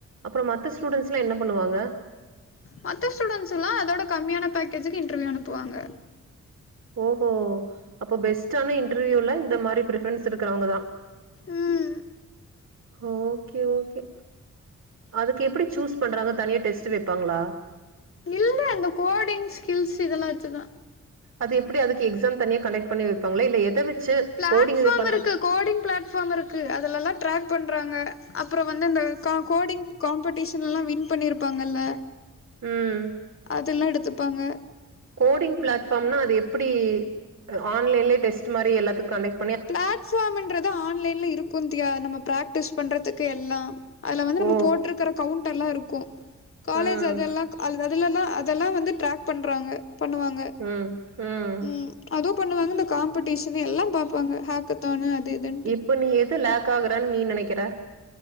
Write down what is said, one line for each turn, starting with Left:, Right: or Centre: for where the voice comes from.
Right: அப்றோ மத்த ஸ்டூடண்ஸ்ல்லா என்ன பண்ணுவாங்க
Left: மத்த ஸ்டூடெண்ஸ்ல அதோட கம்மியான பேக்கேஜுக்கு இன்டர்வியூ அனுப்புவாங்க
Right: ஓஹோ அப்ப பெஸ்டான இன்டர்வியூல இந்த மாரி ப்ரி பெரன்ஸ் இருக்றவங்கதா
Left: ம்
Right: ஓகே ஓகே அதுக்கு எப்டி சூஸ் பண்றாங்க தனியா டெஸ்ட் வெப்பாங்களா
Left: இல்ல அந்த கோடிங்ஸ் கில்ஸ் இதெல்லா வெச்சுதா
Right: அது எப்டி அதுக்கு எக்ஸாம் தனியா கன்டக்ட் பண்ணி வெப்பாங்களா இல்ல எத வெச்சு
Left: ப்ளாட்ஃபாம்
Right: கோடிங் இது பண்ற
Left: இருக்கு ப்ளாட்ஃபாம் இருக்கு அதுலல்லா ட்ராக் பண்றாங்க அப்ற வந்து இந்த க கோடிங் காம்படிஷன்ல்லா வின் பண்ணிருப்பாங்கல்ல
Right: ம்
Left: அதல்லா எடுத்துப்பாங்க
Right: கோடிங் ப்ளாட்ஃபாம்னா அது எப்டி ஆன்லைன்லயே டெஸ்ட் மாரி எல்லாத்க்கு கன்டக்ட்
Left: ப்ளாட்ஃபாம்ன்றது ஆன்லைன்ல இருக்கு தியா நம்ம பிராக்டிஸ் பண்றதுக்கு எல்லா அதுல வந்து நம்ம
Right: ஓ
Left: போட்ருக்கற கவுண்ட் எல்லா இருக்கு காலேஜ்
Right: ம்
Left: அத எல்லா அது அதுலல்லா அதெல்லா வந்து ட்ராக் பண்றாங்க பண்ணுவாங்க
Right: ம் ம்
Left: ம் அதோ பண்ணுவாங்க இந்த காம்படிஷனு எல்லாம் பாப்பாங்க ஹக்கத்தானு அது இதுன்ட்டு
Right: இப்போ நீ எது லேக் ஆகுற நீ நனைக்கற